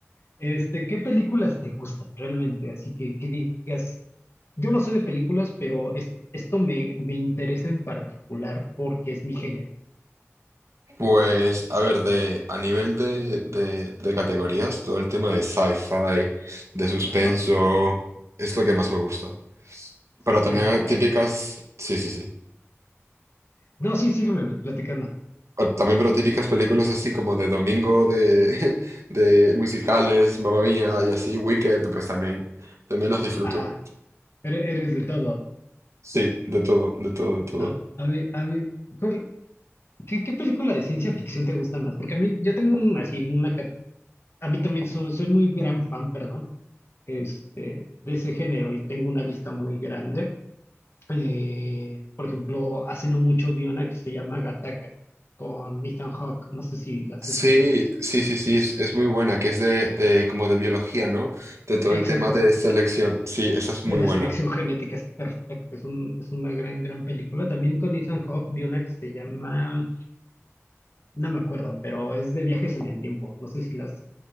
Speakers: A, on the left; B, on the right.
A: Este, ¿qué películas te gustan realmente? Así que que digas, yo no sé de películas, pero es- esto me, me interesa en particular porque es mi género.
B: Pues, a ver, de, a nivel de, de, de categorías, todo el tema de sci-fi, de suspenso,
A: Claro,
B: es lo que más me gusta. Pero
A: sci-fi
B: también hay típicas, sí, sí, sí.
A: No, sí, sígueme platicando.
B: O También, pero típicas películas así como de domingo, de, <laughs> de musicales, Mamma Mía y así, Wicked, pues también, también las disfruto.
A: Ajá, ere- eres, de todo.
B: Sí, de todo, de todo, de todo.
A: A, a mí, a mí, ¿cuál- qué, qué película de ciencia ficción te gusta más? Porque a mí, yo tengo un- así una, ca- a mí también soy, soy muy gran fan, perdón, este, de ese género y tengo una lista muy grande. Eh, por ejemplo, hace no mucho vi una que se llama Gattaca con Ethan Hawke. No sé si la has
B: Sí,
A: escuchado.
B: sí, sí, sí, es, es muy buena, que es de, de como de biología, ¿no? De todo el
A: Exacto,
B: tema de selección. Sí, esa es muy
A: de la
B: buena.
A: selección genética es perfecta, es, un- es una gran, gran película. También con Ethan Hawke vi una que se llama No me acuerdo, pero es de viajes en el tiempo. No sé si la has